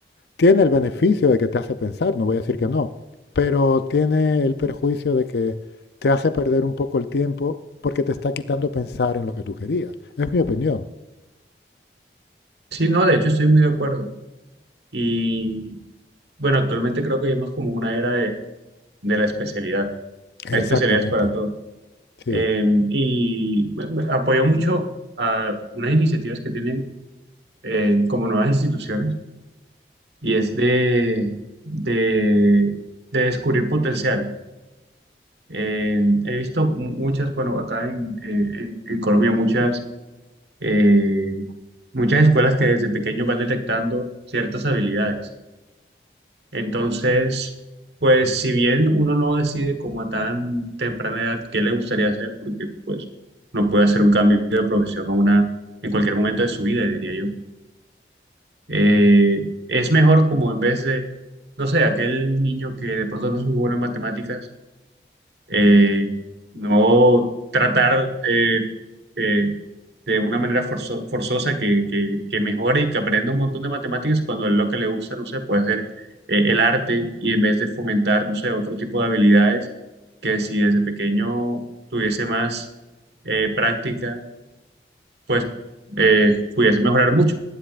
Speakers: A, on the left; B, on the right.
A: tiene el beneficio de que te hace pensar, no voy a decir que no, pero tiene el perjuicio de que te hace perder un poco el tiempo porque te está quitando pensar en lo que tú querías. Es mi opinión.
B: Sí, no, de hecho estoy muy de acuerdo. Y bueno, actualmente creo que vivimos como una era de de la especialidad. Hay
A: Exactamente.
B: especialidades para todo.
A: Sí,
B: Eh, y me- me apoyo mucho a unas iniciativas que tienen eh, como nuevas instituciones y es de, de, de descubrir potencial. Eh, he visto mu- muchas, bueno, acá en, eh, en- en Colombia, muchas, eh, muchas escuelas que desde pequeños van detectando ciertas habilidades Entonces, pues si bien uno no decide como a tan temprana edad qué le gustaría hacer, porque pues no puede hacer un cambio de profesión a una, en cualquier momento de su vida, diría yo, eh, es mejor como en vez de, no sé, aquel niño que de pronto no es muy bueno en matemáticas eh, no tratar eh, eh, de una manera forzo- forzosa que, que- que mejore y que aprenda un montón de matemáticas cuando lo que le gusta, no sé, puede ser eh, el arte y en vez de fomentar, no sé, otro tipo de habilidades que si desde pequeño tuviese más eh, práctica, pues eh, pudiese mejorar mucho.